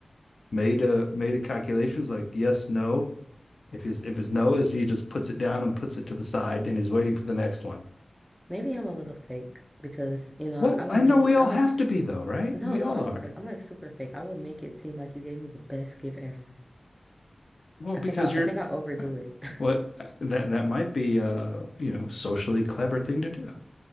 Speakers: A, on the left; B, in the centre.
A: made a made a calculation, was like yes, no. If his if his no, is he just puts it down and puts it to the side and he's waiting for the next one.
B: Maybe I'm a little fake because, you know,
A: Well,
B: I would
A: I
B: make
A: know we
B: it,
A: all
B: I would,
A: have to be though, right?
B: no,
A: We
B: no,
A: all
B: I'm
A: are.
B: like, I'm like super fake. I would make it seem like you gave me the best gift ever.
A: Well,
B: I
A: because
B: think I,
A: you're
B: I think I overdo it. <laughs>
A: what that that might be uh, you know, socially clever thing to do.